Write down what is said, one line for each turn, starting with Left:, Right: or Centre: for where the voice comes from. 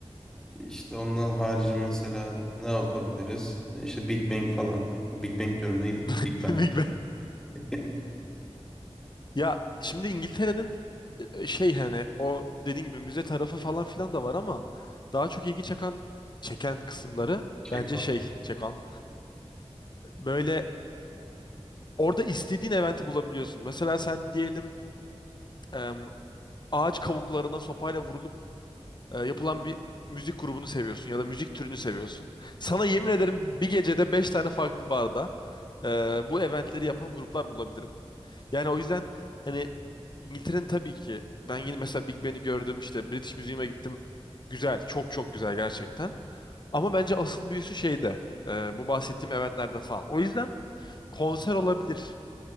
Centre: İşte ondan harici mesela ne yapabiliriz? İşte Big Bang falan. Big Bang diyorum neydi?
Left: <laughs>
Centre: Big Bang.
Left: Big
Centre: <laughs>
Left: Ya şimdi İngiltere'nin e, e, şey hani o dediğin gibi müze tarafı falan filan da var ama daha çok ilgi çeken çeken kısımları
Centre: Şey
Left: bence şey çeken böyle orada istediğin eventi bulabiliyorsun. Mesela sen diyelim em, ağaç kavuklarına sopayla vurulup e, yapılan bir müzik grubunu seviyorsun ya da müzik türünü seviyorsun. Sana yemin ederim bir gecede 5 tane farklı barda e, bu eventleri yapan gruplar bulabilirim. Yani o yüzden hani İngiltere'nin tabii ki ben yine mesela Big Ben'i gördüm işte British Museum'a gittim. Güzel, çok çok güzel gerçekten. Ama bence asıl büyüsü şeyde. e, bu bahsettiğim eventlerde falan. O yüzden konser olabilir.